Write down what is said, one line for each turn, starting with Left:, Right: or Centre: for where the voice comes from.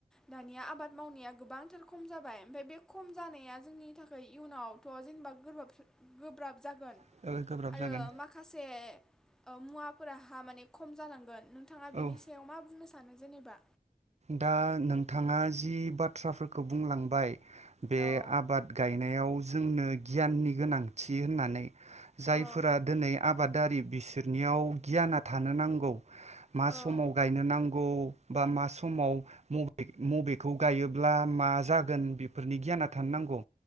Centre: दानिया आबाद मावनाया गोबांथार खम जाबाय। ओमफाय बे खम जानाया जोंनि थाख इयनावथ' जेनेबा गोब्राब- गोब्राब <inaudible> जागोन
Right: ओ गोब्राब
Centre: आरो
Right: जागोन
Centre: माखासे ओ मुवाफोरा हा माने ख खम जालांगोन। नोंथाङा बिनि
Right: औ
Centre: सायाव मा बुंनो स सानो जेनेबा
Right: दा नोंथाङा जि बाथ्राफोरखौ बुंलांबाय। बे
Centre: औ
Right: आबाद गायनायाव जोंनो गियाननि गोनांथि होननानै जायफोरा
Centre: औ
Right: दिनै आब आबादारि बिसोरनियाव गियाना थानो नांगौ। मा
Centre: औ
Right: समाव गायनो नांग गौ बा मास समाव मबे मबेखौ गायोब्ला मा जागोन बेफोरनि गियाना थानो नांगौ